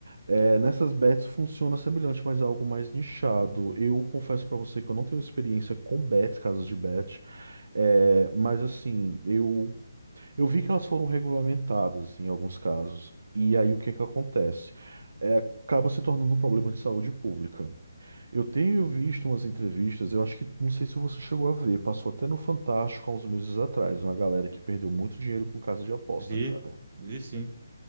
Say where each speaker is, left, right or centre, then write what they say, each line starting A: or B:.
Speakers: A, on the right (about 55°); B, on the right (about 25°).
A: É, nessas bets funciona semelhante, mas é algo mais nichado. Eu confesso pra você que eu não tenho experiência com bets, casas de bet. É, mas assim, eu eu vi que elas foram regulamentadas em alguns casos. E aí o que que acontece? É, acaba se tornando um problema de saúde pública. Eu tenho visto umas entrevistas, eu acho que, não sei se você chegou a ver, passou até no Fantástico há uns meses atrás, uma galera que perdeu muito dinheiro com casa de aposta,
B: Vi,
A: cara.
B: vi sim.